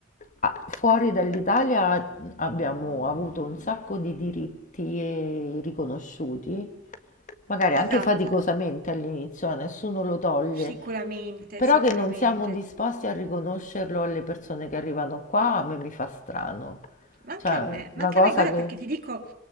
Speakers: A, on the left (about 40°); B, on the right (about 45°).
A: a- fuori dall'Italia abbiamo avuto un sacco di diritti eh, riconosciuti magari
B: esatto,
A: anche faticosamente all'inizio, a nessuno lo toglie,
B: sicuramente,
A: però
B: sicuramente.
A: che non siamo disposti a riconoscerlo alle persone che arrivano qua, a me mi fa strano.
B: Manca
A: Cioè,
B: a me,
A: una
B: manca
A: cosa
B: a me, guarda
A: che...
B: perché ti dico,